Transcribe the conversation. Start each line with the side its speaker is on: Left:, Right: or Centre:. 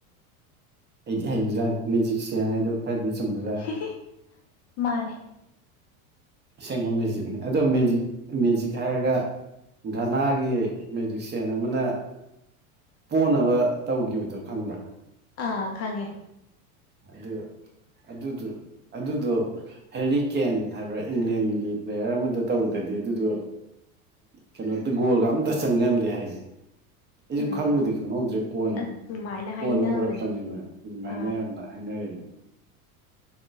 Right: ꯍꯩꯗꯤ ꯍꯩꯕ ꯖꯥꯠꯅꯤ ꯃꯦꯖꯤꯛ ꯁꯤꯌꯥꯟ ꯍꯥꯏꯗꯣ ꯈꯔꯗꯤ ꯆꯨꯝꯕ ꯖꯥꯠꯅꯤ
Left: <unintelligible> ꯃꯥꯅꯦ
Right: ꯑꯁꯦꯡꯕ ꯃꯦꯖꯤꯛꯅꯤ ꯑꯗꯣ ꯃꯦꯖꯤꯛ ꯃꯦꯖꯤꯛ ꯍꯥꯏꯔꯒ ꯘꯅꯥꯒꯤ ꯃꯦꯖꯤꯛꯁꯤꯟ ꯑꯃꯅ ꯄꯣꯅꯕ ꯇꯧꯒꯤꯕꯗꯣ ꯈꯪꯕ꯭ꯔꯥ
Left: ꯑꯥ ꯈꯪꯉꯦ
Right: ꯑꯗꯨ ꯑꯗꯨꯗꯨ ꯑꯗꯨꯗꯣ ꯍꯦꯔꯤ ꯀꯦꯟ ꯍꯥꯏꯕ꯭ꯔꯥ ꯏꯪꯂꯦꯟꯒꯤ ꯄ꯭ꯂꯦꯌꯔ ꯑꯃꯗ ꯇꯧꯕꯗꯗꯤ ꯑꯗꯨꯗꯣ ꯀꯩꯅꯣꯗ ꯒꯣꯜꯒ ꯑꯝꯇ ꯆꯟ ꯉꯝꯗꯦ ꯍꯥꯏꯅꯤ ꯑꯩꯖꯨ
Left: ꯎꯝ
Right: ꯈꯪꯕꯨꯗꯤ ꯈꯪꯍꯧꯗ꯭ꯔꯦ ꯀꯣꯟꯅ
Left: ꯑꯗꯨꯃꯥꯏꯅ
Right: ꯀꯣꯟꯅ
Left: ꯍꯥꯏꯅꯕꯅꯦ
Right: ꯎꯔꯛꯄꯅꯦꯕ ꯑꯗꯨꯃꯥꯏꯅ
Left: ꯑꯥ
Right: <unintelligible> ꯍꯥꯏꯅꯔꯦꯅ